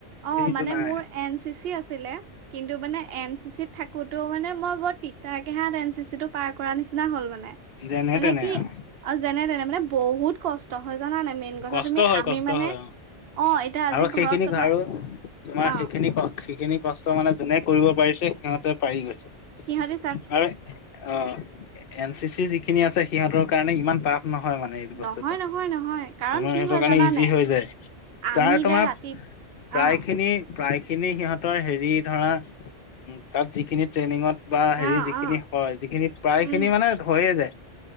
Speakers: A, on the right; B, on the left.
A: অ
B: হেৰিটো
A: মানে
B: নাই।
A: মোৰ এন চি চি আছিলে কিন্তু মান এ চি চি থাক ক'তো মানে মই বৰ তিতা কেহা এন চি চি টো পাৰ কৰা নিচিনা হ'ল মানে।
B: যেনে
A: মানে
B: তেনে
A: কি
B: আৰু
A: অ যেনে তেনে মানে বহুত কষ্ট হয়। জানান নাই মেইন কথা
B: কষ্ট
A: তুমি
B: হয়
A: আমি
B: কষ্ট
A: মানে
B: হয়
A: অ এতিয়া আজি
B: আৰু সেইখিনি
A: ঘৰত কথা।
B: আৰু তোমাৰ
A: অ',
B: সেইখিনি সেইখিনি কষ্ট মানে যোনে কৰিব পাৰিছে সিহঁতে পাৰি গৈছে।
A: হিহঁতি
B: আৰু অ এন চি চি যিখিনি আছে সিহঁতৰ কাৰণে ইমান টাফ নহয় মানে এইটো- বস্তুটো
A: নহয়, নহয়, নহয়। কাৰণ
B: তোমাৰ
A: কি
B: সেইটোৰ
A: হয়
B: কাৰণে
A: জানানে
B: ইজি হৈ যায়
A: আমি
B: তাৰ
A: এতিয়া
B: তোমাৰ
A: ৰাতি
B: প্ৰায়
A: অ',
B: খিনি- প্ৰায়খিনি সিহঁতৰ হেৰি ধৰা উ তাত যিখিনি ট্ৰেইনিঙত- বা হেৰি
A: অ',
B: যিখিনি
A: অ',
B: হয় যিখিনি প্ৰায়
A: উম।
B: খিনি মানে ধৰিয়ে যায়।